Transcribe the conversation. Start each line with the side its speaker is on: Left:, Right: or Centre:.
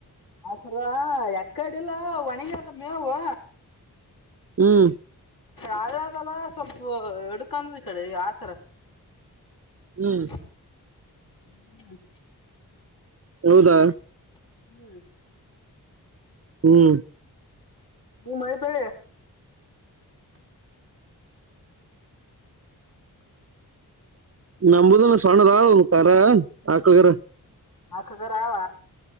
Left: ಹಸ್ರ ಎಕ್ಕಡಿಲ್ಲ ಒಣಿಗಾದ ಮೇವು.
Right: ಹ್ಮ್.
Left: ಹಳ್ಳದಲ್ಲ ಸ್ವಲ್ಪ ಎಡ್ಕಂದ ಈ ಕಡೆ ಹಾಸ್ರ.
Right: ಹ್ಮ್.
Left: ಹ್ಮ
Right: ಹೌದಾ?
Left: ಹ್ಮ್
Right: ಹ್ಮ್
Left: ನೀ ಮನೆ <unintelligible>
Right: ನಂಬುದು ಸಣ್ಣದ ಕರ ಆಕ್ಲಗರ.
Left: ಆಕ್ಳಗರಾವ.